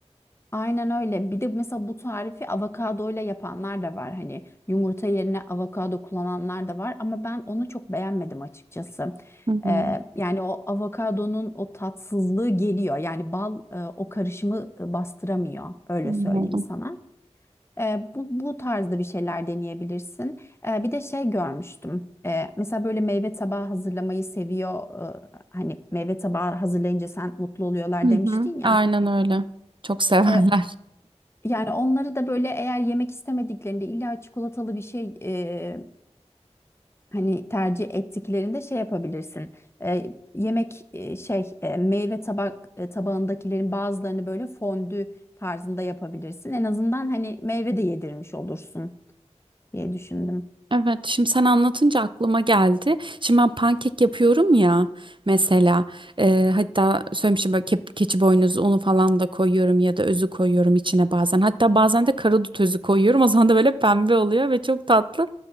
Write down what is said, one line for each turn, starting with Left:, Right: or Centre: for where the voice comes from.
Left: Aynen öyle. Bir de mesela bu tarifi avokadoyla yapanlar da var. Hani yumurta yerine avokado kullananlar da var. Ama ben onu çok beğenmedim açıkçası.
Right: Hı hı,
Left: Ee, yani o avokadonun o tatsızlığı geliyor. Yani bal e, o karışımı e, bastıramıyor. Öyle
Right: anladım.
Left: söyleyeyim sana. Ee, bu, bu tarzda bir şeyler deneyebilirsin. Ee, bir de şey görmüştüm. Ee, mesela böyle meyve tabağı hazırlamayı seviyor. Ee, hani meyve tabağı hazırlayınca sen mutlu oluyorlar
Right: Hı
Left: demiştin
Right: hı,
Left: ya.
Right: aynen öyle. Çok severler.
Left: Ee, yani onları da böyle eğer yemek istemediklerinde illa çikolatalı bir şey e, hani tercih ettiklerinde şey yapabilirsin. E, yemek e, şey e, meyve tabak e, tabağındakilerin bazılarını böyle fondü tarzında yapabilirsin. En azından hani meyve de yedirmiş olursun diye düşündüm.
Right: Evet, şimdi sen anlatınca aklıma geldi. Şimdi ben pankek yapıyorum ya mesela e, hatta söylemişim böyle ke- keçi boynuzu unu falan da koyuyorum ya da özü koyuyorum içine bazen. Hatta bazen de karadut özü koyuyorum o zaman da böyle pembe oluyor ve çok tatlı